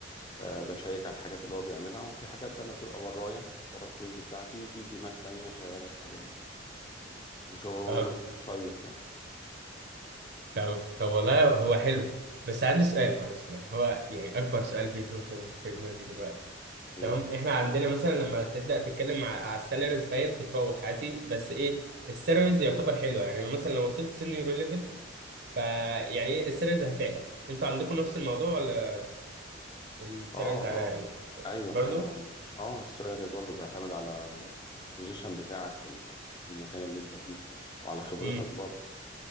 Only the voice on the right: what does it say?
اه
طب طب والله هو حلو بس عندي سؤال معلش يعني هو يعني اكبر سؤال بيدور في في دماغي دلوقتي
تمام احنا عندنا مثلا لما تبدا تتكلم مع- على السالاريز فهي بتتراوح عادي بس ايه السالاريز يعتبر حلوه يعني لو مثلا لو وصلت سينيور ليفل فيعني ايه السالاريز هتعلى انتوا عندكم نفس الموضوع ولا السالاريز
على
يعني
برضه
امم